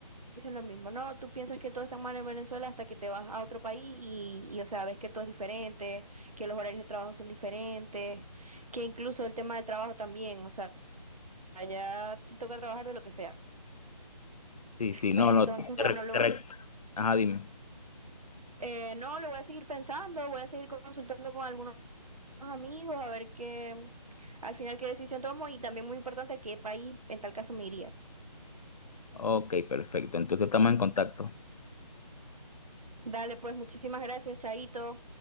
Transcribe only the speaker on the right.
dicen lo mismo. No, tú piensas que todo está mal en Venezuela hasta que te vas a otro país y, y, o sea, ves que todo es diferente, que los horarios de trabajo son diferentes, que incluso el tema del trabajo también, o sea, allá te toca trabajar de lo que sea.
Entonces,
bueno,
lo
Eh, no, lo voy a seguir pensando, voy a seguir consultando con algunos amigos a ver qué, al final qué decisión tomo y también muy importante a qué país en tal caso me iría.
Dale, pues muchísimas gracias, Chaito.